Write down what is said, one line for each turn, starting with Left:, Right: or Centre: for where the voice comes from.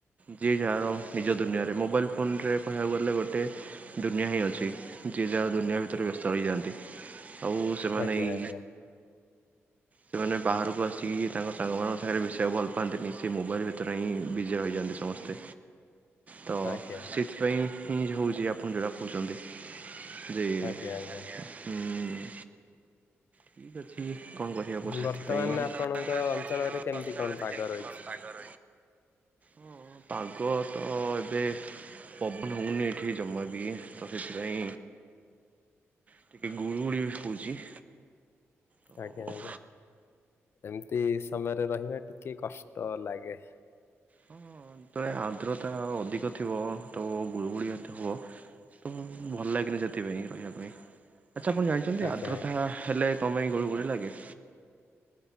Right: ଯିଏ ଯାହାର ନିଜ ଦୁନିଆରେ ମୋବାଇଲ ଫୋନ ରେ କହିବାକୁ ଗଲେ ଗୋଟେ ଦୁନିଆ ହିଁ ଅଛି ଯିଏ ଯାହା ଦୁନିଆ ଭି ଏଥରେ ବ୍ୟସ୍ଥ ହେଇ ଯାଆନ୍ତି ଆଉ ସେମାନେ
Left: ଆଜ୍ଞା
Right: ଏଇ
Left: ଆଜ୍ଞା
Right: ସେମାନେ ବାହାରକୁ ଆସିକି ତାଙ୍କ ସାଙ୍ଗମାନଙ୍କ ସାଙ୍ଗରେ ମିଶିବାକୁ ଭଲ ପାଆନ୍ତିନି ସେ ମୋବାଇଲ ଭିତରେ ହିଁ ବିଜି ହେଇଯାଆନ୍ତି ସମସ୍ତେ। ତ
Left: ଆଜ୍ଞା।
Right: ସେଥିପାଇଁ ହିଁ ହଉଛି ଆପଣ ଯୋଟା କହୁଛନ୍ତି ଯେ
Left: ଆଜ୍ଞା
Right: ହୁଁ।
Left: ଆଜ୍ଞା
Right: ଠିକ ଅଛି କଣ କରିହେବ ସେଥିପାଇଁ
Left: ବର୍ତ୍ତମାନ
Right: ବର୍ତ୍ତମାନ
Left: ଆପଣଙ୍କ
Right: ଆପଣଙ୍କ
Left: ଅଞ୍ଚଳରେ କେମିତି
Right: ଅଞ୍ଚଳରେ
Left: କଣ ପାଗ
Right: କେମତି
Left: ରହିଛି?
Right: କଣ ହ ପାଗ ତ ଏବେ ପବନ ହଉନି ଏଇଠି ଜମା ବି ତ ସେଥିପାଇ ଟିକେ ଗୁଳୁ ଗୁଳି ବି ହଉଛି। ତ
Left: ଆଜ୍ଞା
Right: ହଁ
Left: ଆଜ୍ଞା ଏମିତି ସମୟରେ ରହିବା ଟିକେ କଷ୍ଟ ଲାଗେ।
Right: ହଁ ତ ଏ ଆଦ୍ରତା ଅଧିକ ଥିବ ତ ଗୁଳୁଗୁଳି ମଧ୍ୟ ହବ। ତ ଭଲ ଲାଗେନି ସେଥିପାଇଁ ରହିବା ପାଇଁ ଆଚ୍ଛା ଆପଣ ଜାଣି ଚନ୍ତି
Left: ଆଜ୍ଞା
Right: ଆଦ୍ରତା
Left: ଆଜ୍ଞା।
Right: ହେଲେ କ ପାଇଁ ଗୁଳୁ ଗୁଳି ଲାଗେ?